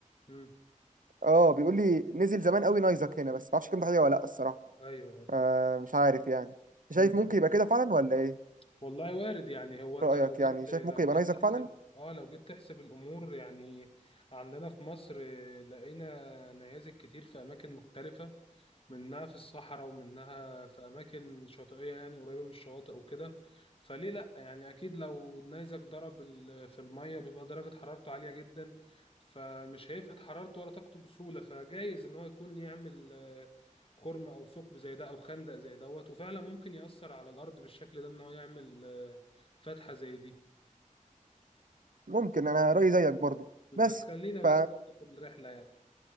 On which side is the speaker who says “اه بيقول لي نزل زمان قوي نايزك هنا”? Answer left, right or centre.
Right